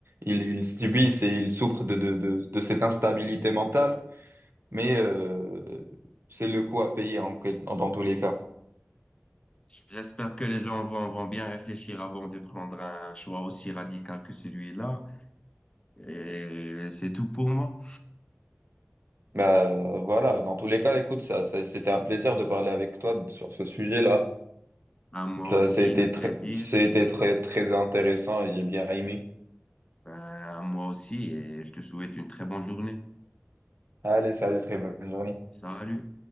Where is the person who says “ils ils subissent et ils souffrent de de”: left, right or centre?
Right